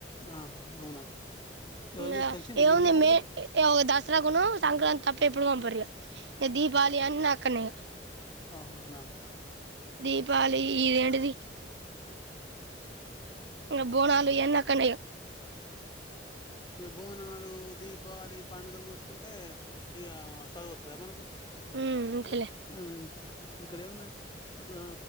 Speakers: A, on the left; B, on the right.
A: ఆహా అవునా ఎవరిది
B: ఇంకా
A: తెలిసిందా
B: ఏం
A: నీ
B: వుంది
A: నీకెట్ట
B: మే
A: తెలుసు
B: దసరాకి అను సంక్రాంతి తప్ప ఎప్పుడు పంపారు ఇక ఇక దీపావళి అయినాకనే ఇక
A: ఆ అవునా
B: దీపవళికి ఇది ఏంటిది ఇక బోనాలు యి అని అక్కడ్నే ఇక
A: ఇక బోనాలు దీపావళి పండగలు చూసుకుంటే ఇక చదువుతుందా మనకు
B: మ్మ్ అంతేలే
A: ఉమ్ ఇక్కడ ఏమున్నది ఆ